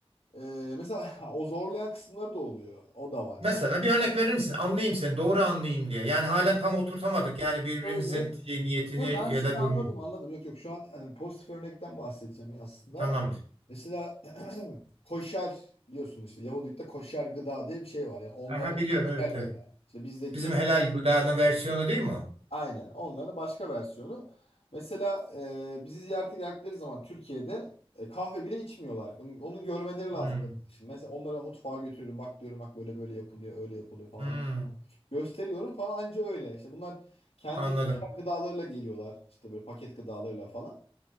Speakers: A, on the left; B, on the right.
A: e, mesela <laughs> o zorlayan kısımları da oluyor. O da var
B: Mesela
A: mesela.
B: bir örnek verir misin? Anlayayım seni, doğru anlayayım diye. Yani halen tam oturtamadık yani birbirimizin
A: Şöyle
B: şey, niyetini
A: Yok ben
B: ya
A: sizi
B: da durumunu.
A: anladım anladım. Yok yok şu an hani pozitif örnekten bahsedeceğim ya aslında.
B: Tamamdır.
A: Mesela <clears throat> koşer biliyorsun işte Yahudilikte koşer gıda diye bir şey var. Yani onların
B: Aha biliyorum evet
A: helal
B: evet.
A: gıda. İşte bizdeki
B: Bizim helal gıdanın versiyonu değil mi o?
A: aynen onların başka versiyonu. Mesela e, bizi ziyarete geldikleri zaman Türkiye'de e, kahve bile içmiyorlar. Onun, onun görmeleri lazım.
B: Hmm,
A: Şimdi mesela onlara mutfağa götürüyorum. Bak diyorum bak böyle böyle yapılıyor öyle yapılıyor falan.
B: hmm,
A: Gösteriyorum falan anca öyle. İşte bunlar kendi
B: anladım.
A: gıdalarıyla geliyorlar. İşte böyle paket gıdalarıyla falan.